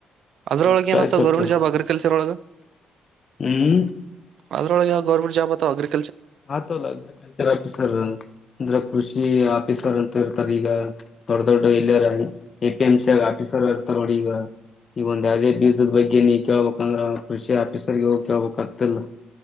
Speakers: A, on the right (about 70°); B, on the left (about 45°).
A: ಅದ್ರಲಾಗ್
B: ಅವ್ರ
A: <unintelligible> ಏನ ಆತ ಗವರ್ನಮೆಂಟ್
B: ಇರ್ತದ
A: ಜಾಬ್ ಆಗಿತಿ <unintelligible> ಕೆಲ್ಸರ ಒಳಗೆ
B: ಹ್ಮ್
A: ಅದೊಳಗ ಗವರ್ನಮೆಂಟ್ ಜಾಬ್ ಅ್ರ <unintelligible>
B: ಹಾತ ಲ <unintelligible> ಸರ್ ಅಂದ್ರೆ ಕೃಷಿ ಆಫೀಸರ್ ಅಂತ ಇರ್ತಾರ ಈಗ ದೊಡ್ ದೊಡ್ಡ ಇಲ್ಲಿಯಾರ ಎಪಿ ಎಂ್ ಸಿ ಆಗ ಆಫೀಸರ್ ಇರ್ತಾರ ನೋಡಿ ಈಗ ಈಗ ಒಂದ್ ಯಾವವುದೇ ಬೀಜದ ಬಗ್ಗೆ ನೀ ಕೇಳ್ಬೇಕಂದ್ರ ಕೃಷಿ ಆಫೀಸರ್ಗೆ ಹೋಗಿ ಕೇಳ್ಬೇಕ ಆಗ್ತಿಲ್ಲ